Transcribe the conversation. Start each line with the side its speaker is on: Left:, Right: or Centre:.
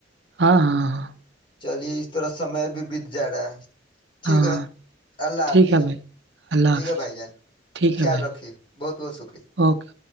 Right: ہاں ہاں ہاں
Left: چلیے اس طرح سے بھی بیت جائے رہا ہے ٹھیک
Right: ہاں
Left: ہے اللہ حافظ
Right: ٹھیک ہے بھائی اللہ
Left: ٹھیک
Right: حافظ
Left: ہے بھائی جان
Right: ٹھیک
Left: خیال
Right: ہے بھائی
Left: رکھیے بہت بہت شکریہ
Right: اوکے اوکے